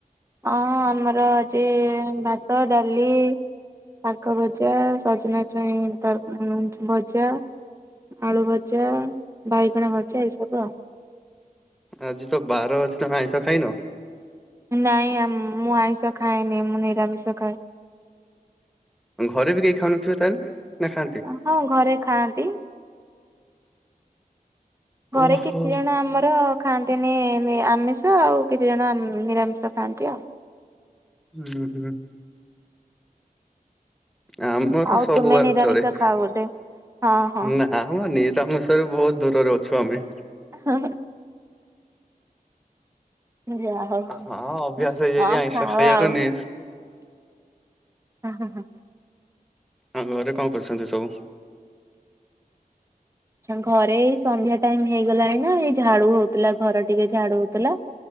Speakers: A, on the right (about 20°); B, in the centre.
A: ହଁ ଆମର ଆଜି ଭାତ ଡାଲି। ଶାଗ ଭଜା ସଜନା ଛୁଇଁ ତରକାରୀ। ଭଜା ଆଳୁ ଭଜା ବାଇଗଣ ଭଜା ଏଇସବୁ ଆ।
B: ଆଜି ତ ବାର ଅଛି ତମେ ଆଇଁଷ ଖାଇନ।
A: ନାଇଁ ମୁଁ ଆଇଁଷ ଖାଏନି ମୁଁ ନିରାମିଷ ଖାଏ।
B: ଘରେ ବି କେହି ଖାଉନଥିବେ ତାହେଲେ। ନା ଖାଆନ୍ତି?
A: ହଁ ଘରେ ଖାଆନ୍ତି। ଘରେ
B: ଓହୋ।
A: କିଛି ଜଣ ଆମର। ଖାଆନ୍ତିନି ଆମିଷ ଆଉ କିଛି ଜଣ ନିରାମିଷ ଖାଆନ୍ତି ଆଉ।
B: ହୁଁ ହୁଁ। ଆମର ତ
A: ଆଉ
B: ସବୁ
A: ତୁମେ
B: ବାର
A: ନିରାମିଷ
B: ଚଳେ।
A: ଖାଅ ବୋଧେ ହଁ ହଁ
B: ନା ମ ନିରାମିଶର ବହୁତ ଦୂରରେ ଅଛୁ ଆମେ।
A: ହଁ। ଯାହା
B: ହଁ
A: ହଉ
B: ଅଭ୍ୟାସ ହେଇଯାଇଛି
A: ହଁ
B: ଆଇଁଷ
A: ଖାଅ
B: ଖାଇବାର
A: ଆଉ।
B: ନି
A: ହଁ ହଁ ହଁ।
B: ହଁ ଘରେ କଣ କରୁଛନ୍ତି ସବୁ?
A: ଘରେ ଏଇ ସନ୍ଧ୍ୟା ଟାଇମ ହେଇଗଲାଣି ନା ଏଇ ଝାଡୁ ହଉଥିଲା ଘର ଟିକେ ଝାଡୁ ହଉଥିଲା।